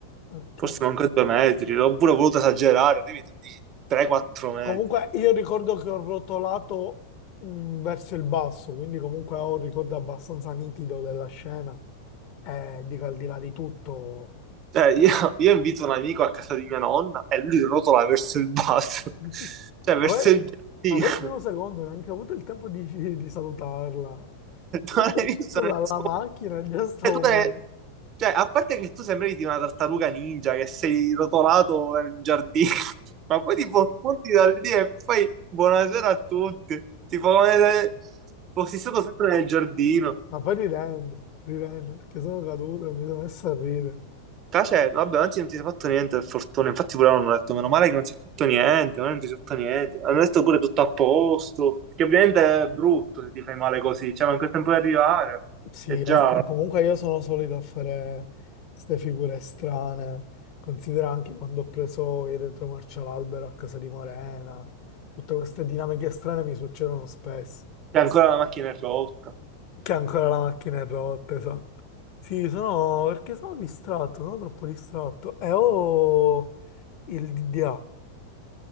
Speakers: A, on the left; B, on the right.
A: Ok.
B: Forse manco due metri, oppure ho voluto esagerare, quindi tu dici 3-4 metri.
A: Comunque io ricordo che ho rotolato mh, verso il basso, quindi comunque ho un ricordo abbastanza nitido della scena e dico al di là di tutto.
B: Cioè, io,
A: cioè,
B: io invito un amico a casa di mia nonna e lui rotola verso il basso, <laughs>
A: <laughs>
B: cioè verso
A: ma poi,
B: il giardino.
A: ma poi il primo
B: <laughs>
A: secondo neanche ho avuto il tempo di, di salutarla. Io
B: Non
A: sono
B: hai
A: sceso
B: visto nessuno.
A: dalla macchina e già stavo
B: Eh, tu te-
A: morendo.
B: cioè, a parte che tu sembri di una tartaruga ninja che sei rotolato nel giardino, <laughs> ma poi tipo punti da lì e fai buonasera a tutti, tipo come se fossi stato sempre nel giardino.
A: Ma poi ridendo, ridendo, perché sono caduto e mi sono messo a ridere.
B: Cioè, vabbè, anzi non ti sei fatto niente per fortuna, infatti pure loro hanno detto meno male che non si è fatto niente, ma non ti sei fatto niente, hanno detto pure tutto a posto, che ovviamente è brutto se ti fai male così, cioè manca il tempo di arrivare
A: Sì,
B: e già
A: vabbè, comunque io sono solito a fare queste figure strane. Considera anche quando ho preso il retromarcia all'albero a casa di Morena. Tutte queste dinamiche strane mi succedono spesso.
B: e ancora la macchina è rotta,
A: Che ancora la macchina è rotta, esatto. Sì, sono perché sono distratto, sono troppo distratto. E ho il DDA,